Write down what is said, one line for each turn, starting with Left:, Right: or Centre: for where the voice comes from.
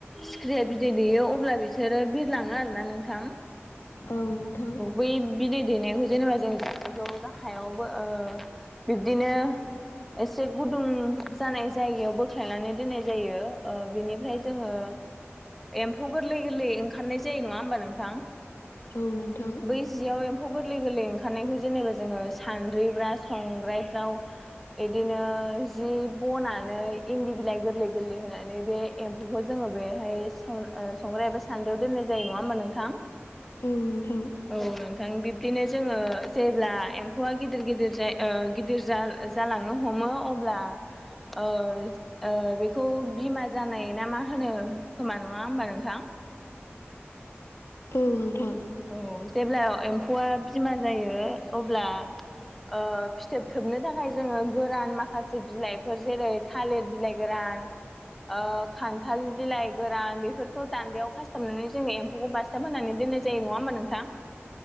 Centre: सिख्रिया बिदै दैयो अब्ला बिसोर आरो बिरलाङो आरो ना नोंथां।
Left: औ नोंथां।
Centre: बै बिदै दैनायखौ जेनेबा जों बिफोरखौ गाहायावबो ओ बिब्दिनो एसे गुदुं जानाय जायगायाव बोख्लायनानै दोननाय जायो। ओ बेनिफ्राय जोङो एम्फौ गोरलै गोरलै ओंखारनाय जायो नङा होमबा नोंथां?
Left: औ नोंथां।
Centre: बे जियाव एम्फौ गोरलै गोरलै ओंखारनायखौ जेनेबा जोंङो सानद्रि बा संग्रायफ्राव इदिनो जि बनानै इन्दि बिलाइ गोरलै गोरलै होनानै बे एम्फौखौ जोंङो बेहाय सं-संग्राय एबा सान्द्रियाव दोननाय जायो नङा होमबा नोंथा?
Left: औ नोंथां।
Centre: औ, नोंथां। बिब्दिनो जोङो जेब्ला एम्फौआ गिदिर गिदिर जाय गिदिर जा जालांनो हमो, अब्ला ओ ओ बेखौ बिमा जानाय ना मा होनो खोमा नङा होमबा नोंथां?
Left: औ, नोंथां।
Centre: औ, जेब्ला एम्फौआ बिमा जायो अब्ला ओ फिथोब थोबनो थाखाय जोङो गोरान माखासे बिलाइफोर जेरै थालिर बिलाइ गोरान ओ खान्थाल बिलाइ गोरान बेफोरखौ दान्दायाव खासथाबनानै जोङो एम्फौखौ बासथाब होनानै दोननाय जायो नङा होमबा नोंथां?